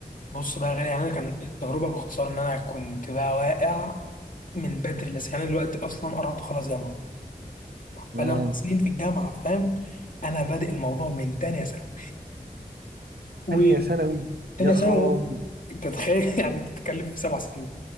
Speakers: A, on the left; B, on the right.
A: بص بقى يا غالي يعني أنا كان التجربة باختصار إن أنا كنت بقى واقع من بدري لسه يعني أنا دلوقتي أصلا قربت أخلص جامعة
B: تمام
A: بقالي أربع سنين في الجامعة فاهم أنا بادئ الموضوع من تانية ثانوي <laughs>
B: تانية ثانوي
A: تانية
B: يا خرابي
A: ثانوي انت تخيل <laughs> يعني بتتكلم في سبع سنين